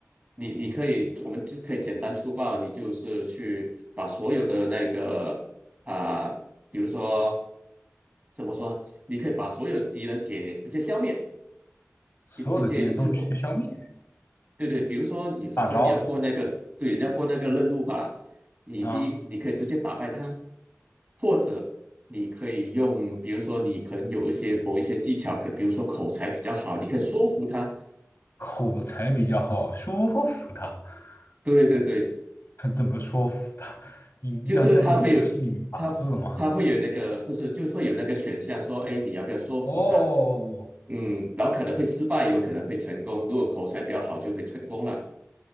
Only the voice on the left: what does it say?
所有的敌人都全消灭，
大招
啊，
口才比较好，说服他。<laughs>
他怎么说服他？你要在这个游戏里面打字吗？
哦，